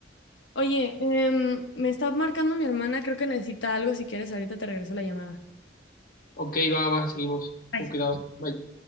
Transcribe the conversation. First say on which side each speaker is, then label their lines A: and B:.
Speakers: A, on the left; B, on the left.
A: Oye, em, me está marcando mi hermana, creo que necesita algo. Si quieres, ahorita te regreso la llamada.
B: Ok, va, va, seguimos.
A: Bye.
B: Con cuidado. Bye.